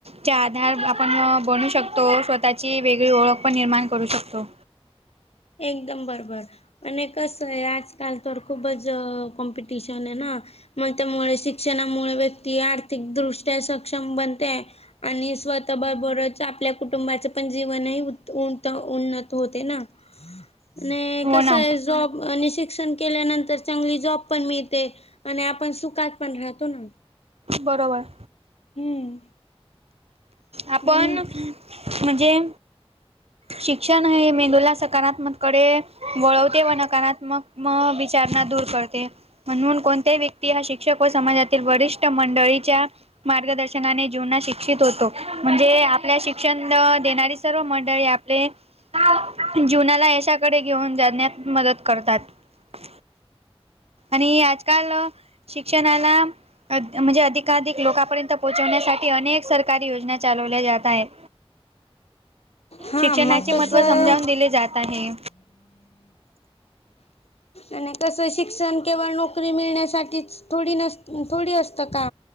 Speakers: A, on the right; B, on the left.
A: च्या आधार आपण बनू शकतो. स्वतःची वेगळी ओळख पण निर्माण करू शकतो.
B: एकदम बरोबर. आणि कस आहे आजकाल तर खूपच कॉम्पिटिशन आहे ना. मग त्यामुळे शिक्षणामुळे व्यक्ती आर्थिक दृष्ट्या सक्षम बनते. आणि स्वतः बरोबरच आपल्या कुटुंबाच पण जीवनही, उन, उन्नत होते ना. आणि
A: हो
B: कस
A: ना.
B: आहे, जॉब आणि शि शिक्षण केल्यानंतर चांगली जॉब पण मिळते. आणि आपण सुखात पण राहतो ना.
A: बरोबर.
B: हम्म,
A: आपण
B: म्हणून
A: म्हणजे शिक्षण हे मेंदूला सकारात्मक कडे वळवते, व नकारात्मक विचारणा दूर करते. म्हणून कोणत्याही व्यक्ती हा शिक शिक्षक व समाजातील वरिष्ठ मंडळीच्या मार्गदर्शनाने जीवना शिक्षित होतो. म्हणजे आपल्या शिक्षण देणारी सर्व मंडळी आपले. <unintelligible> जीवनाला यशाकडे घेऊन जाण्यात मदत करतात आणि आज त काल शिक्षणाला अ म्हणजे अधिक धिक लोकांपर्यंत पोहोचवण्यासाठी अनेक सरकारी योजना चालवल्या जात आहेत.
B: हा
A: शिक्षणाचे
B: मग कसं
A: महत्त्व समजावून दिले जात आहे.
B: आणि कसं, शिक्षण केवळ नोकरी मिळण्यासाठीच थोडी नस थोडी असतं का?